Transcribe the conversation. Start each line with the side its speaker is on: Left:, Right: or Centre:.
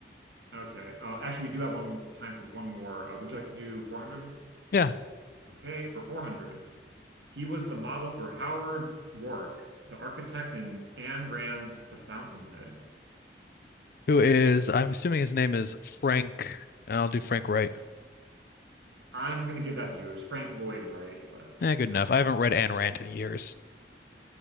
Right: Okay. Uh, actually, we do have one time for one more. Uh, would you like to do 400?
Left: Yeah,
Right: Okay, for 400. He was the model for Howard Rourke, the architect in Ayn Rand's The Fountainhead.
Left: who is? I'm assuming his name is Frank. and I'll do Frank Wright.
Right: I'm going to give that to you. It's Frank Lloyd Wright, but
Left: Yeah, good
Right: no.
Left: enough. I haven't read Ayn Rand in years.